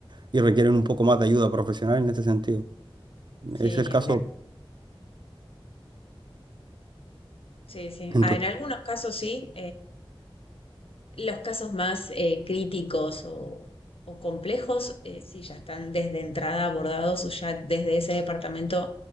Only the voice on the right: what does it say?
y requieren un poco más de ayuda profesional en este sentido.
Es el
caso
en
tu-